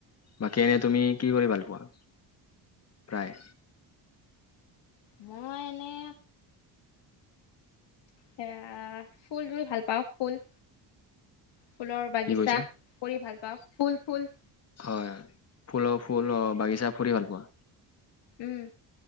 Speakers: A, on the left (about 35°); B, on the left (about 70°).
A: বাকী এনে তুমি কি কৰি ভাল পোৱা, প্ৰায়
B: মই এনে সেয়া ফুল ৰুই ভাল পাওঁ। ফুল, ফুলৰ বাগিচা।
A: কি কৈছা
B: কৰি ভাল পাওঁ ফুল- ফুল।
A: হয় ফুলৰ ফুল অ বাগিচা ফুৰি ভাল পোৱা
B: উম,